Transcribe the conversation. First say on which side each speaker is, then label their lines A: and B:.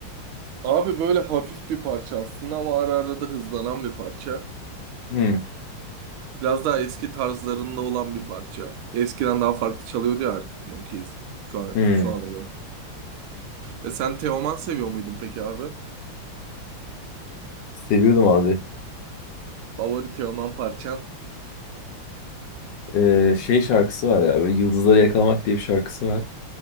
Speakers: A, on the right; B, on the left.
A: Abi böyle hafif bir parça aslında ama ara ara da hızlanan bir parça.
B: Hmm,
A: Biraz daha eski tarzlarında olan bir parça. Eskiden daha farklı çalıyordu ya Arctic Monkeys. Şu an,
B: hmm.
A: şu ana göre. E sen Teoman seviyor muydun peki abi?
B: Seviyordum abi.
A: Favori Teoman parçan?
B: Ee, şey şarkısı var ya. Böyle Yıldızları Yakalamak diye bir şarkısı var.